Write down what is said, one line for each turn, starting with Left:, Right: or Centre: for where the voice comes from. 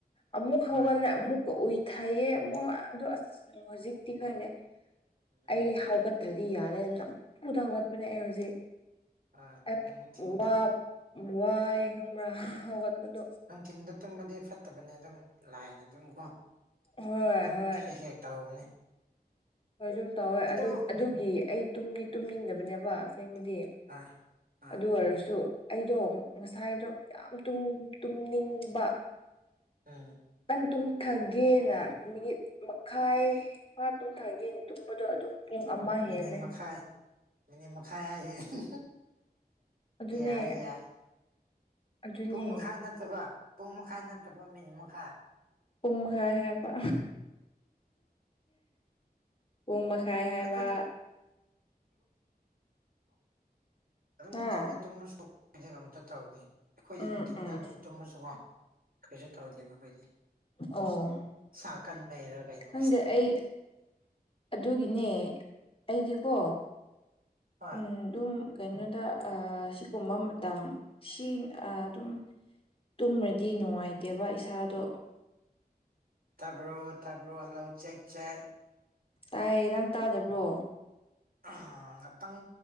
Left: ꯑꯃꯨꯛ
Right: ꯍꯣꯏ
Left: ꯍꯧꯒꯠꯂꯦ ꯑꯃꯨꯛꯀ ꯎꯏꯊꯩꯌꯦ ꯑꯃꯨꯛ ꯑꯗꯣ ꯑꯁ ꯍꯧꯖꯤꯛꯇꯤ ꯈꯪꯗꯦ
Right: ꯎꯝ
Left: ꯑꯩ ꯍꯧꯒꯠꯇ꯭ꯔꯗꯤ ꯌꯥꯗꯦ ꯅꯝꯐꯨꯗ ꯍꯧꯒꯠꯄꯅꯦ ꯑꯩ ꯍꯧꯖꯤꯛ
Right: ꯍꯣꯏ
Left: ꯑꯦ
Right: ꯅꯨꯡꯊꯤꯟꯗ
Left: ꯋꯥ ꯋꯥꯏ ꯈꯪꯕ꯭ꯔꯥ ꯍꯧꯒꯠꯄꯗꯣ
Right: ꯅꯨꯡꯊꯤꯟꯗ ꯇꯨꯝꯕꯗꯤ ꯐꯠꯇꯕꯅꯤ ꯑꯗꯨꯝ ꯂꯥꯏꯅ ꯑꯗꯨꯝ ꯀꯣ
Left: ꯍꯣꯏ
Right: ꯑꯗꯨꯝ
Left: ꯍꯣꯏ
Right: ꯊꯦ ꯍꯦꯛ ꯇꯧꯕꯅꯦ
Left: ꯍꯣꯏ ꯁꯨꯝ ꯇꯧꯋꯦ
Right: ꯑꯗꯨꯕꯨ
Left: ꯑꯗꯨ ꯑꯗꯨꯒꯤ ꯑꯩ ꯇꯨꯝꯗꯤ ꯇꯨꯝꯅꯤꯡꯗꯕꯅꯦꯕ ꯑꯁꯦꯡꯕꯗꯤ
Right: ꯍꯣꯏ ꯍꯣꯏ
Left: ꯑꯗꯨ ꯑꯣꯏꯔꯁꯨ ꯑꯩꯗꯣ ꯉꯁꯥꯏꯗꯣ ꯌꯥꯝ ꯇꯨꯝ ꯇꯨꯝꯅꯤꯡꯕ
Right: ꯎꯝ
Left: ꯈꯤꯇꯪ ꯇꯨꯝꯊꯒꯦꯅ ꯃꯤꯅꯤꯠ ꯃꯈꯥꯏ ꯐꯥ ꯇꯨꯝꯊꯒꯦ ꯇꯨꯝꯕꯗꯣ ꯑꯗꯨꯝ ꯄꯨꯡ ꯑꯃ ꯍꯦꯜꯂꯦ
Right: ꯃꯤꯅꯤꯠ ꯃꯈꯥꯏ ꯃꯤꯅꯤꯠ ꯃꯈꯥꯏ ꯍꯥꯏꯁꯦ
Left: ꯑꯗꯨꯅꯦ
Right: ꯌꯥꯏ ꯌꯥꯏ
Left: ꯑꯗꯨꯅꯦ
Right: ꯄꯨꯡ ꯃꯈꯥꯏ ꯅꯠꯇꯕ ꯄꯨꯡ ꯃꯈꯥꯏ ꯅꯠꯇꯕ ꯃꯤꯅꯤꯠ ꯃꯈꯥꯏ
Left: ꯄꯨꯝꯍꯥꯏ ꯍꯥꯏꯕ ꯄꯨꯡ ꯃꯈꯥꯏ ꯍꯥꯏꯕ
Right: ꯑꯩꯈꯣꯏꯗꯤ ꯑꯗꯨꯝ
Left: ꯍꯥ
Right: ꯅꯨꯡꯊꯤꯗ ꯇꯨꯝꯃꯁꯨ ꯑꯩꯗꯤ ꯉꯝꯇ ꯇꯧꯅꯤ ꯑꯩꯈꯣꯏꯗꯤ
Left: ꯎꯝ
Right: ꯅꯨꯡꯊꯤꯗ
Left: ꯎꯝ
Right: ꯑꯗꯨꯝ ꯇꯨꯝꯃꯁꯨꯀꯣ ꯀꯩꯁꯨ ꯇꯧꯗꯦꯕ ꯑꯩꯈꯣꯏꯗꯤ
Left: ꯑꯣ
Right: ꯁꯥ ꯀꯟꯕꯩꯔꯥ ꯀꯩꯅꯣ
Left: ꯈꯪꯗꯦ ꯑꯩ ꯑꯗꯨꯒꯤꯅꯦ ꯑꯩꯗꯤꯀꯣ
Right: ꯍꯣꯏ
Left: ꯎꯝ ꯑꯗꯨꯝ ꯀꯩꯅꯣꯗ ꯑꯥ ꯁꯤꯒꯨꯝꯕ ꯃꯇꯝ ꯁꯤ ꯑꯥ ꯗꯨꯝ ꯇꯨꯝꯔꯗꯤ ꯅꯨꯡꯉꯥꯏꯇꯦꯕ ꯏꯁꯥꯗꯣ
Right: ꯇꯕ꯭ꯔꯣ ꯇꯥꯕ꯭ꯔꯣ ꯂꯧ ꯆꯦꯛ ꯆꯦꯛ
Left: ꯇꯥꯏꯌꯦ ꯅꯪ ꯇꯥꯗꯕ꯭ꯔꯣ
Right: ꯑꯍꯥ ꯉꯥꯛꯇꯪ